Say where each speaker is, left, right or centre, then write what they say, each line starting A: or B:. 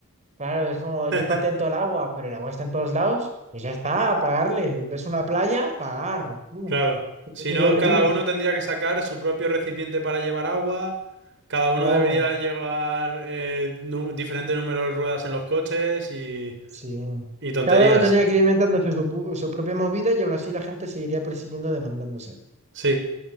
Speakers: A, on the right; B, on the right.
A: claro, es como yo
B: <laughs>
A: patento el agua, pero el agua está en todos lados, pues ya está, a pagarle. ¿Ves una playa? Pagar. Uh,
B: Claro,
A: eso
B: si
A: sería
B: no,
A: horrible.
B: cada uno tendría que sacar su propio recipiente para llevar agua, cada
A: Claro,
B: uno debería llevar eh, nu- diferente número de ruedas en los coches y,
A: sí.
B: y tonterías.
A: Cada uno tendría que ir inventándose su, pu- su propia movida y aún así la gente seguiría persiguiendo demandándose.
B: Sí,